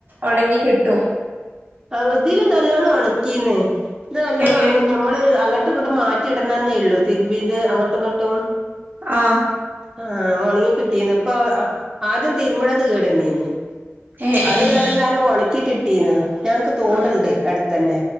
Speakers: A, on the right; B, on the right.
A: ഉണങ്ങി കിട്ടും
B: ആ മതില് നല്ലോണം ഉണക്കീന്നേ ഇത് നല്ലോണംാണ്
A: ഏഹ്
B: ഞമ്മള് അങ്ങോട്ടും ഇങ്ങോട്ടും മാറ്റി ഇടണെന്നേ ഉള്ളൂ തിരുമ്പ ഇത് അങ്ങോട്ടും ഇങ്ങോട്ടും
A: ആഹ
B: ആഹ ഒണങ്ങി കിട്ടിയന്ന് ഇപ്പൊ ആദ്യം തിരുമ്മഴത് കേീടെന്നീന്ന്
A: ഏഹ്
B: അത്
A: ഏഹ്
B: കിടന്നാലും ഒണക്കി കിട്ടീന്ന് ഞങ്ങക്ക് തോടുണ്ട്
A: ആഹ്
B: അടുത്തന്നെ